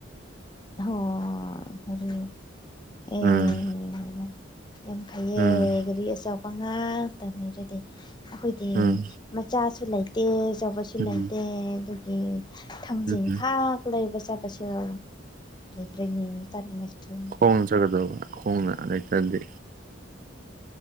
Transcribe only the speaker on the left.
ꯍ ꯐ
ꯑꯦ ꯌꯥꯝ ꯐꯩꯌꯦ
ꯒꯥꯔꯤ ꯑꯆꯥꯎꯕ ꯉꯥꯛꯇ ꯂꯩꯔꯗꯤ ꯑꯩꯈꯣꯏꯗꯤ
ꯃꯆꯥꯁꯨ ꯂꯩꯇꯦ ꯑꯆꯧꯕꯁꯨ
ꯂꯩꯇꯦ ꯑꯗꯨꯒꯤ ꯊꯥꯡꯖꯤꯡꯈꯥꯛ
ꯀꯂꯕꯁꯕꯁꯨꯔ ꯀ꯭ꯔꯦꯅꯤ ꯇꯥꯅꯤꯡꯉꯁꯨ